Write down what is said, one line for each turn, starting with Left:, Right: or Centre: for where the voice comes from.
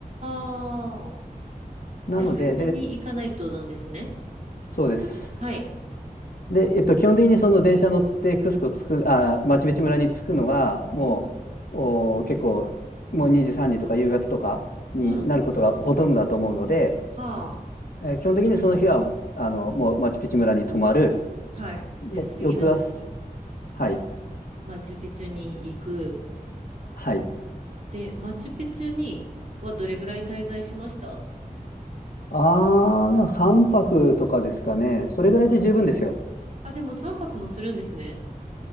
Right: はあ。
Left: なので、
Right: じゃあ、早めに行かないとなんですね。
Left: で、そうです。
Right: はい。
Left: で、えっと、基本的にその電車乗ってクスコ着く、あー、マチュピチュ村に着くのが、もう、
Right: うん、
Left: おー、結構、もう2時、3時とか夕方とかになることがほとんどだと思うので、
Right: うん、うん。はあ。
Left: えー基本的にその日は、あの、もうマチュピチュ村に泊まる。
Right: はい。
Left: で、
Right: で、次の日、
Left: 翌朝、はい。
Right: マチュピチュに行く。
Left: はい。
Right: で、マチュピチュにはどれぐらい滞在しました
Left: あー、でも3泊とかですかね。それぐらいで十分ですよ。
Right: あ、でも3泊もするんですね。